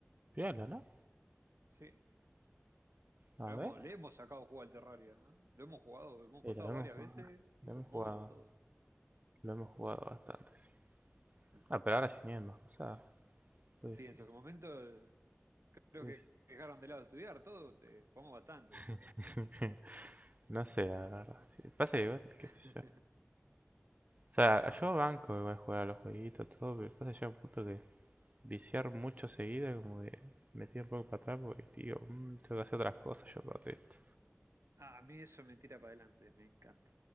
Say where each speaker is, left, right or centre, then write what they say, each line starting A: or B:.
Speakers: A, on the right; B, on the right.
A: Fíjalo, ¿no?
B: Sí,
A: A
B: lo hemos,
A: ver.
B: le hemos sacado juego al Terraria. ¿eh? Lo hemos jugado, lo hemos
A: Y
B: pasado
A: lo hemos,
B: varias veces
A: lo
B: y con
A: hemos
B: modo,
A: jugado,
B: todo.
A: lo hemos jugado bastante, sí.
B: <laughs>
A: Ah, pero ahora sí vienen más cosas. Puede
B: Sí,
A: ser,
B: en su momento eh, creo
A: puede
B: que
A: ser.
B: dejaron de lado estudiar todo, te, jugamos bastante.
A: <laughs> No sé, la verdad. sí. Pasa igual,
B: <laughs>
A: qué sé yo. O sea, yo banco igual jugar a los jueguitos, todo, pero pasa que llega un punto que viciar mucho seguido, como de me tiro un poco para atrás porque, tío, mm, tengo que hacer otras cosas yo aparte esto.
B: Ah, a mí eso me tira para adelante, me encanta.